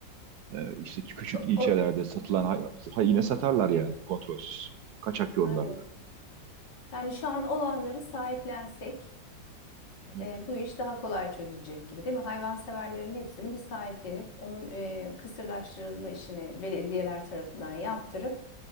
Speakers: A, on the right (about 70°); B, on the left (about 70°).
A: e, işte küçük
B: O,
A: ilçelerde
B: o-
A: satılan hay- ha, yine satarlar yani kontrolsüz. Kaçak yollarla.
B: evet. Yani şu an olanları sahiplensek
A: Evet,
B: e, bu iş daha kolay çözülecek gibi değil mi? Hayvanseverlerin hepsini bir sahiplenip onun e, kısırlaştırılma işini belediyeler tarafından yaptırıp